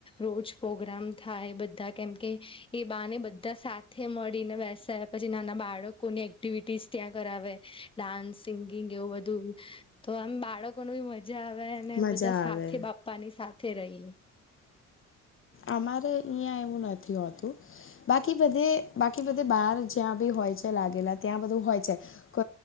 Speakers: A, on the left (about 15°); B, on the left (about 45°).
A: રોજ પ્રોગ્રામ થાય બધા કેમકે એ બાને બધા સાથે મળીને બેસે. પછી નાના બાળકોની એક્ટિવિટીસ ત્યાં કરાવે ડાન્સ સિંગિંગ એવું બધું. તો આમ બાળકો ને બી મજા આવે અને
B: મજા
A: બધા સાથે
B: આવે
A: બાપ્પા ની સાથે રહી.
B: અમારે અહીંયા એવું નથી હોતું. બાકી બધે બાકી બધે બાર જ્યાં બી હોય છે લાગેલા ત્યાં બધું હોય છે. કો